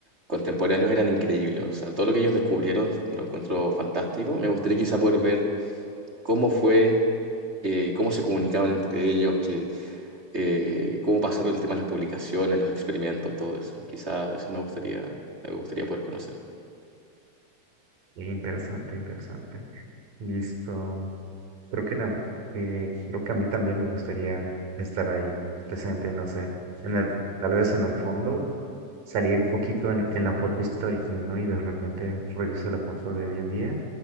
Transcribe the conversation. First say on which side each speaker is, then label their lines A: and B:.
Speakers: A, on the right; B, on the right.
A: contemporáneos eran increíbles. O sea, todo lo que ellos descubrieron lo encuentro fantástico. Me gustaría quizá poder ver cómo fue eh, cómo se comunicaban entre ellos, que, eh, cómo pasaron el tema de las publicaciones, los experimentos, todo eso. Quizá eso me gustaría, me gustaría poder conocer.
B: Interesante, interesante. Listo. Creo que, tam- que creo que a mí también me gustaría estar ahí presente, no sé, en el, tal vez en el fondo, salir poquito en, en la foto histórica, ¿no? Y de repente reviso la foto de hoy en día